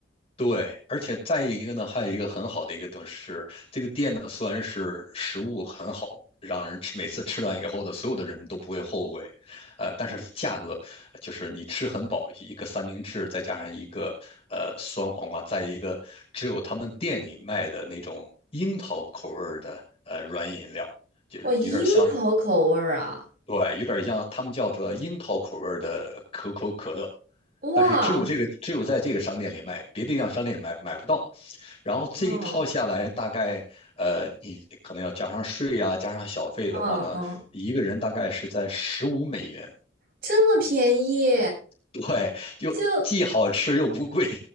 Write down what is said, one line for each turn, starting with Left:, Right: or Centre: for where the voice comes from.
Left: 对，而且再一个呢，还有一个很好的一个东西是，这个店呢虽然是食物很好，让人吃每次吃完以后呢，所有的人都不会后悔，呃，但是它价格呃就是你吃很饱，一个三明治再加上一个呃酸黄瓜，再一个只有他们店里卖的那种樱桃口味儿的呃软饮料，就是有点像，
Right: 哇，樱桃口味儿啊！
Left: 对，有点像他们叫做樱桃口味儿的可口可乐，
Right: 哇，
Left: 但是只有这个只有在这个商店里卖，别的地方商店买买不到。然后这一套下来，
Right: 嗯
Left: 大概呃，你可能要加上税呀，加上小费的话呢，
Right: 嗯嗯，
Left: 一个人大概是在十五美元。
Right: 这么便宜，
Left: 对，又既好吃又不贵。
Right: 就